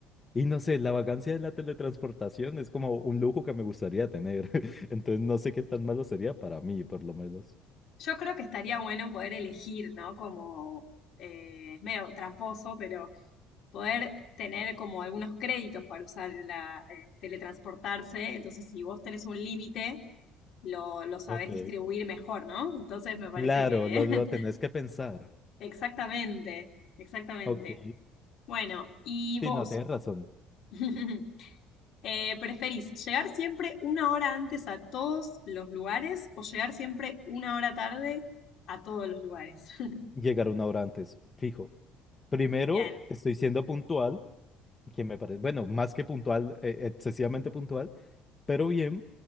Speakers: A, on the left; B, on the left.
A: Y no sé, la vagancia de la teletransportación es como un lujo que me gustaría tener. <laughs> Entonces no sé qué tan malo sería para mí, por lo menos.
B: Yo creo que estaría bueno poder elegir, ¿no? Como eh, es medio tramposo, pero poder tener como algunos créditos para usar la, el teletransportarse. Entonces, si vos tenés un límite, lo, lo sabés
A: Ok.
B: distribuir mejor, ¿no? Entonces, me parece
A: Claro,
B: que
A: lo, lo tenés que pensar.
B: <laughs> exactamente, exactamente.
A: Ok.
B: Bueno, ¿y vos?
A: Sí, no, tienes razón.
B: <laughs> Eh, ¿preferís llegar siempre una hora antes a todos los lugares o llegar siempre una hora tarde a todos los lugares? <laughs>
A: Llegar una hora antes, fijo. Primero,
B: Bien,
A: estoy siendo puntual, que me parece, bueno, más que puntual, eh, excesivamente puntual. pero bien,